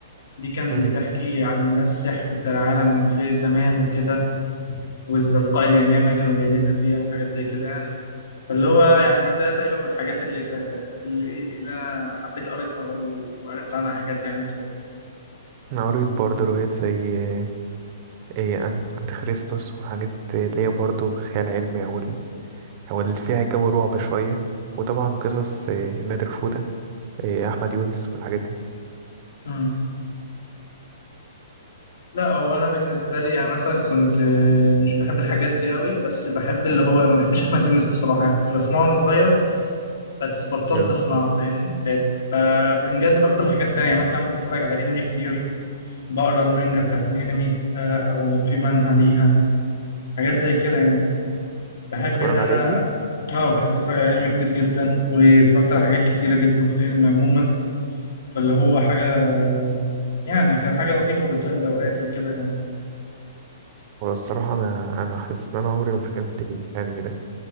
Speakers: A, on the left (about 70°); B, on the right (about 30°).
A: دي كان
B: امم
A: بتحكي عن ناس سحر في العالم في زمان وكده والزرقاء اليمامة كانوا جايبينها فيها وحاجات زي كده يعني فاللي هو يعني ده تقريبا من الحاجات اللي ك... اللي إيه اللي أنا حبيت قريتها وعرفت عنها حاجات يعني وكده
B: أنا قريت برضه روايات زي ايه أنت- أنت خريستوس وحاجات اللي هي برضه خيال علمي أو ال- أو اللي فيها جو رعب شوية وطبعا قصص إيه، نادر فودة إيه، أحمد يونس والحاجات دي
A: امم لا هو أنا بالنسبة لي يعني مثلا كنت آه، مش بحب الحاجات دي قوي بس بحب اللي هو ما بحبش أحمد يونس بصراحة يعني كنت بسمعه وأنا صغير بس بطلت
B: امم
A: أسمعه فاهمني بقيت ب- بنجذب أكتر لحاجات تانية مثلا بتفرج على أنمي كتير بقرا المانجا بتاعت الانمي آه، او لو في منهى ليها حاجات زي كده يعني بحب
B: تتفرج
A: ان انا
B: على علمي
A: اه بحب اتفرج على انمي كتير جدا واتفرجت على حاجات كتيره جدا في الانمي عموما فاللي هو حاجه يعني كان حاجه لطيفه بتسلي اوقاتي وكده يعني
B: والصراحة أنا أنا حاسس إن أنا عمري ما فهمت الأنمي ده